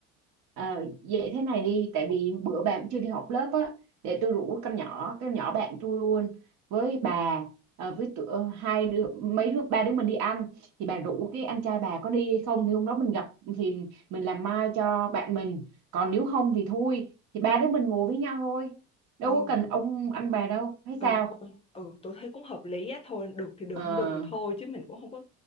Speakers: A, on the right (about 65°); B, on the left (about 20°).
A: Ờ, vậy thế này đi tại vì bữa bạn chưa đi học lớp á để tôi rủ con nhỏ con nhỏ bạn tôi luôn với bà ờ, với tụi, ờ, hai đứa mấy đứa ba đứa mình đi ăn thì bà rủ cái anh trai bà có đi hay không thì hôm đó mình gặp thì mình làm mai cho bạn mình còn nếu không thì thôi thì ba đứa mình ngồi với nhau thôi đâu
B: ừ
A: có cần ông anh bà đâu hay
B: ừ
A: sao
B: thôi ừ tôi thấy cũng hợp lý á thôi được thì được
A: Ờ,
B: không được thì thôi chứ mình cũng không có